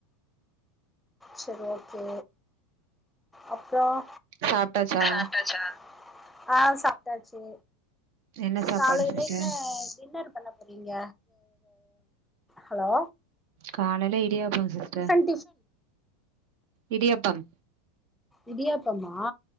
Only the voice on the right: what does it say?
சாப்ட்டாச்சா
என்ன சாப்பாடு
சிஸ்டர்
காலையில இடியாப்பம் சிஸ்டர்
இடியாப்பம்